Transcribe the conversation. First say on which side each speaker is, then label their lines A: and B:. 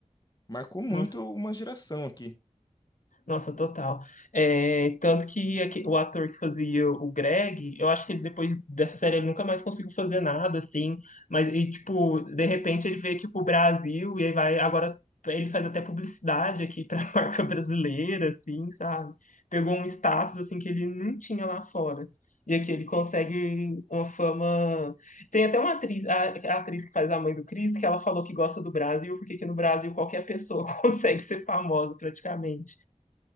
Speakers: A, on the left; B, on the left.
A: Marcou muito
B: Nossa.
A: uma geração aqui.
B: Nossa, total. É, tanto que aque- o ator que fazia o Greg, eu acho que ele, depois dessa série ele nunca mais conseguiu fazer nada, assim. Mas, e, tipo, de repente ele veio aqui pro Brasil e aí vai. Agora ele faz até publicidade aqui pra <laughs> marca brasileira, assim, sabe? Pegou um status, assim, que ele não tinha lá fora. E aqui ele consegue uma fama. Tem até uma atriz, a, a atriz que faz a mãe do Chris, que ela falou que gosta do Brasil, porque que no Brasil qualquer pessoa <laughs> consegue ser famosa praticamente.